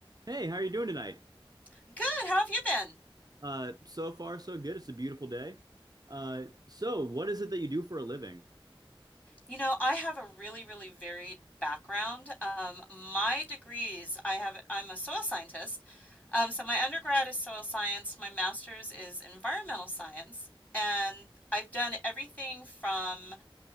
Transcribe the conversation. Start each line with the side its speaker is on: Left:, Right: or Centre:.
Right: Hey, how are you doing tonight?
Left: Good. How have you been?
Right: Uh, so far, so good. It's a beautiful day. Uh, so what is it that you do for a living?
Left: You know, I have a really, really varied background. Um, my degrees, I have, I'm a soil scientist. Um, so my undergrad is soil science, my master's is environmental science, and I've done everything from